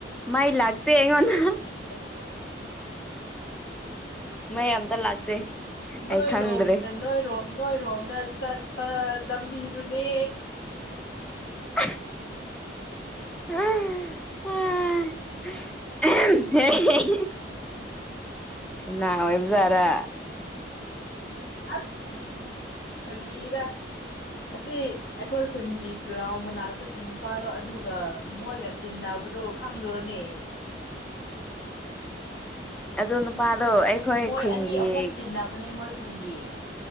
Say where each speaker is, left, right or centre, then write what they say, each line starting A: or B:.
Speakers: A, in the centre; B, on the left.
A: ꯃꯩ ꯂꯥꯛꯇꯦ ꯑꯩꯉꯣꯟꯗ
B: <unintelligible>
A: ꯃꯩ ꯑꯝꯇ ꯂꯥꯛꯇꯦ
B: ꯅꯣꯏꯂꯣꯝ
A: ꯑꯩ ꯈꯪꯗ꯭ꯔꯦ
B: ꯅꯣꯏꯔꯣꯝ ꯅꯣꯏꯔꯣꯝꯗ ꯆꯠꯄ ꯂꯝꯕꯤꯗꯨꯅꯦ
A: <unintelligible> <unintelligible> ꯀꯅꯥ ꯑꯣꯏꯕꯖꯥꯔ
B: ꯑꯁ ꯀꯔꯤꯔ ꯑꯁꯤ ꯑꯩꯈꯣꯏ ꯈꯨꯟꯒꯤ ꯒ꯭ꯔꯥꯎꯟ ꯃꯅꯥꯛꯇꯒꯤ ꯅꯨꯄꯥꯗꯣ ꯑꯗꯨꯒ ꯃꯣꯏꯒ ꯇꯤꯟꯅꯕꯗꯣ ꯈꯪꯗ꯭ꯔꯣꯅꯦ
A: ꯑꯗꯣ ꯅꯨꯄꯥꯗꯣ ꯑꯩꯈꯣꯏ
B: ꯃꯣꯏ
A: ꯈꯨꯟꯒꯤ
B: ꯑꯅꯤ ꯑꯍꯨꯝ ꯇꯤꯟꯅꯕꯅꯦ ꯃꯣꯏ ꯈꯨꯟꯒꯤ